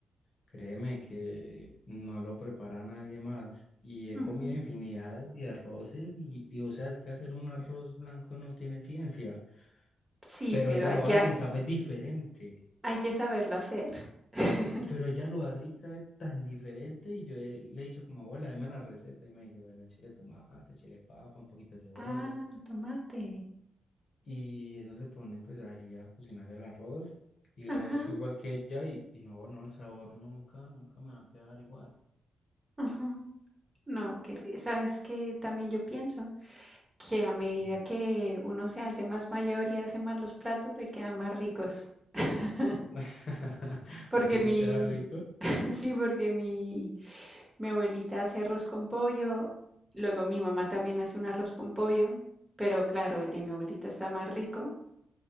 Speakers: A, on the left (about 65°); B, on the right (about 20°).
A: créeme que no lo prepara nadie más. Y he
B: ujú.
A: comido infinidad de arroces y, y o sea, es que hacer un arroz blanco no tiene ciencia.
B: Sí,
A: pero
B: pero
A: ella
B: hay
A: lo
B: que,
A: hace y sabe diferente.
B: hay que saberlo hacer. <laughs>
A: Pero ella lo hace y sabe tan diferente. Y yo he- le he dicho como, abuela, deme la receta. Y me dice, bueno, chile de tomate, chile de papa, un poquito de cebolla.
B: Ah, tomate.
A: Y eso se pone pues ahí a cocinar el arroz. Y
B: Ajá,
A: lo he hecho igual que ella y, y no, no, el sabor nunca, nunca me va a quedar igual.
B: ajá. No, que, ¿sabes qué? También yo pienso. que a medida
A: ¿Qué?
B: que uno se hace más mayor y hace más los platos, le quedan más ricos. <laughs>
A: <laughs>
B: Porque
A: ¿A ti te
B: mi,
A: queda rico?
B: <laughs> sí, porque mi, mi abuelita hace arroz con pollo, luego mi mamá también hace un arroz con pollo, pero claro, el de mi abuelita está más rico,